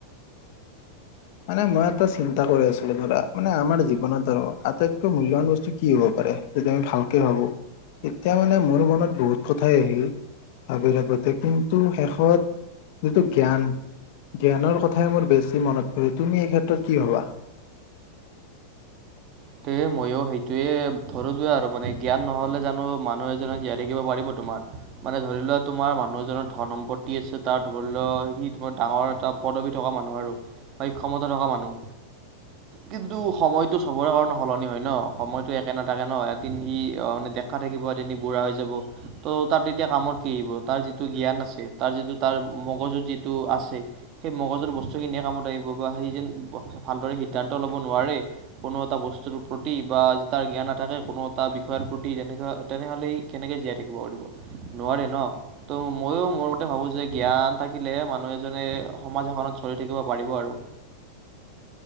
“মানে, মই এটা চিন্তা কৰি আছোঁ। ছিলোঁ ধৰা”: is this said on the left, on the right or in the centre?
Left